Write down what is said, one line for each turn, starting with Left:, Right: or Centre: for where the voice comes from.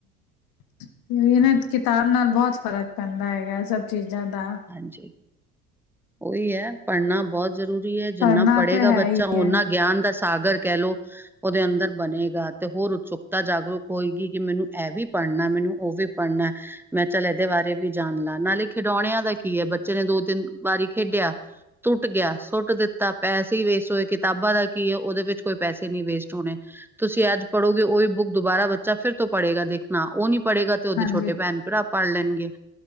Left: ਤੇ ਇਹ ਨਾ ਕਿਤਾਬ ਨਾਲ ਬਹੁਤ ਫ਼ਰਕ ਪੈਂਦਾ ਹੈਗਾ ਸਭ ਚੀਜ਼ ਜ਼ਿਆਦਾ
Centre: ਹਾਂਜੀ ਉਹੀ ਹੈ ਪੜ੍ਹਨਾ ਬਹੁਤ ਜ਼ਰੂਰੀ ਹੈ
Left: ਪੜ੍ਹਨਾ
Centre: ਜਿੰਨਾ ਪੜ੍ਹੇਗਾ
Left: ਤੇ ਹੈ
Centre: ਬੱਚਾ
Left: ਹੀ
Centre: ਉਹਨਾ
Left: ਹੈ
Centre: ਗਿਆਨ ਦਾ ਸਾਗਰ ਕਹਿ ਲੋ ਉਹਦੇ ਅੰਦਰ ਬਣੇਗਾ ਤੇ ਹੋਰ ਉਤਸੁਕਤਾ ਜਾਗਰੂਕ ਹੋਏਗੀ ਕਿ ਮੈਨੂੰ ਇਹ ਵੀ ਪੜ੍ਹਨਾ ਮੈਨੂੰ ਉਹ ਵੀ ਵੀ ਪੜ੍ਹਨਾ ਮੈਂ ਚੱਲ ਇਹਦੇ ਬਾਰੇ ਵੀ ਜਾਣ ਲ ਨਾਲੇ ਖਿਡੌਣਿਆਂ ਦਾ ਕੀ ਹੈ ਬੱਚੇ ਨੇ ਦੋ ਤਿੰਨ ਵਾਰੀ ਖੇਡਿਆ ਟੁੱਟ ਗਿਆ ਸੁੱਟ ਦਿੱਤਾ ਪੈਸੇ ਹੀ ਵੇਸਟ ਹੋਏ ਕਿਤਾਬਾਂ ਦਾ ਕੀ ਹੈ ਉਹਦੇ ਵਿੱਚ ਕੋਈ ਪੈਸੇ ਨਹੀਂੀ ਵੇਸਟ ਹੋਣੇ ਤੁਸੀਂ ਅੱਜ ਪੜ੍ਹੋਗੇ ਉਹੀ ਬੁੱਕ ਦੁਬਾਰਾ ਬੱਚਾ ਫਿਰ ਤੋਂ ਪੜ੍ਹੇਗਾ ਦੇਖਣਾ ਉਹ ਨੀ ਪੜ੍ਹੇਗਾ ਤੇ ਉਹਦੇ
Left: ਹਾਂਜੀ
Centre: ਛੋਟੇ ਭੈਣ ਭਰਾ ਪੜ੍ਹ ਲੈਣਗੇ